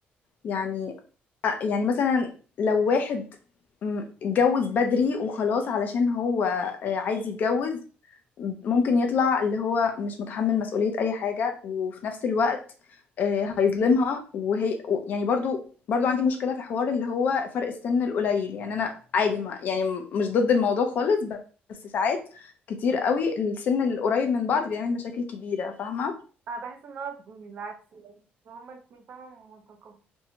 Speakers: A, on the left; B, on the right.
A: يعني آه، يعني مثلا لو واحد مم، اتجوز بدري وخلاص علشان هو آه، عايز يتجوز ممكن يطلع اللي هو مش متحمل مسؤولية أي حاجة وفي نفس الوقت آه، هيظلمها وهي و- يعني برضو برضو عندي مشكلة في حوار اللي هو فرق السن القليل يعني أنا عادي ما يعني م- مش ضد الموضوع خالص ب- بس ساعات كتير قوي السن القريب من بعض بيعمل مشاكل كبيرة فاهمة؟
B: أنا بحس إن هو من العكس يعني إن هما الاتنين فاهمة متقابلين